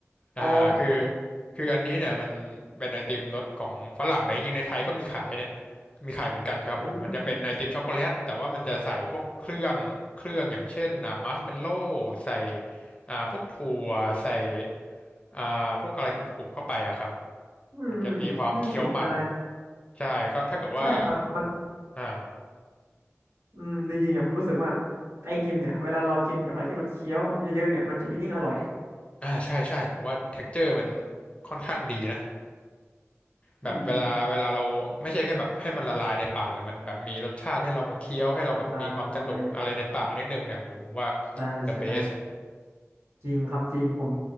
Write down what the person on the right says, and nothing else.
อ๋อ
อืม
อืม
อืม น่าสนใจ
ใช่ครับ มัน
อืมจริงๆอ่ะผมรู้สึกว่าไอติมเนี่ยเวลาเรากินกับอะไรที่มันเคี้ยวเยอะๆเนี่ยมันจะยิ่งอร่อย
อืม อืมอ่าใช่ใช่
จริงครับจริงผม